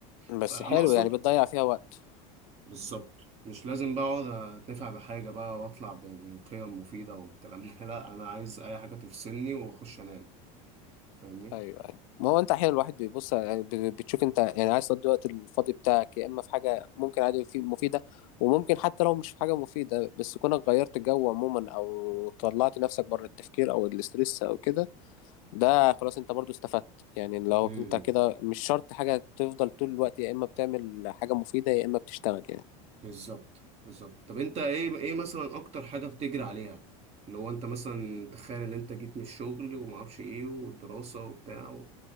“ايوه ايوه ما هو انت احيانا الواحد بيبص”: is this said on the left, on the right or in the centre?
Left